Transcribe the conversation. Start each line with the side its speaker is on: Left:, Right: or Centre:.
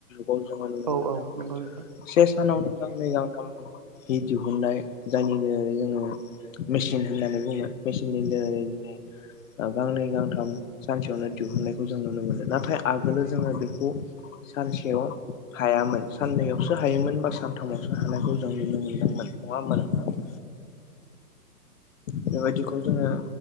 Left: औ जोंङो नुनो
Right: औ नों औ
Left: मोनदों
Right: औ नंगौ नोंथां।
Left: से सानावनो गांनै गांथाम हि दिहुननाय जायनि जोहै जोंङो मेसिन होननानै बुङो मेसिननि दारोयै दिनै गांनै गांथाम सानसेयावनो दिहुननायखौ जों नुनोमोनो। नाथाय आगोलो जोंङो बेखौ सानसेयाव हायामोन साननैयावसो हायोमोन। बा सानथामावसो हानायखौ जों नुनो मोनदोंमोन। नङा होमबा नोंथां? बेबायदिखौ जोङो